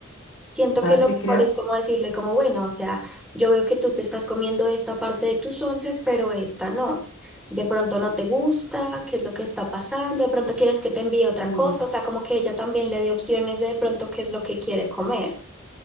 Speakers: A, in the centre; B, on the left.
A: Siento
B: ¿Sabes
A: que lo
B: qué creo?
A: mejor es como decirle como, bueno, o sea, yo veo que tú te estás comiendo esta parte de tus onces, pero esta no. De pronto no te gusta, qué es lo que está pasando, de pronto quieres que te envíe otra
B: Mm,
A: cosa, o sea, como que ella también le dé opciones de de pronto qué es lo que quiere comer.